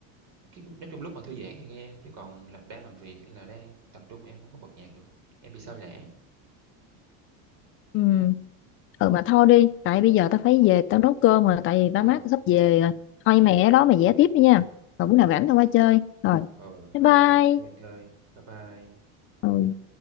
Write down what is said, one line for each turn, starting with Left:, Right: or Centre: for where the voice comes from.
Right: cái nói chung lúc mà thư giãn thì nghe, chứ còn là đang làm việc hay là đang tập trung em không có bật nhạc được, em bị sao lãng.
Left: Ừ. ừ mà thôi đi tại bây giờ tao phải về tao nấu cơm rồi tại vì
Right: Ờ,
Left: ba má tao sắp về rồi thôi mày
Right: ờ,
Left: ở đó mày
Right: ok
Left: vẽ tiếp đi nha rồi bữa nào
Right: ừ
Left: rảnh tao qua chơi rồi
Right: ờ ừ,
Left: bye
Right: bữa
Left: bye
Right: nào hẹn chị ra chơi. Bye bye.
Left: ừ.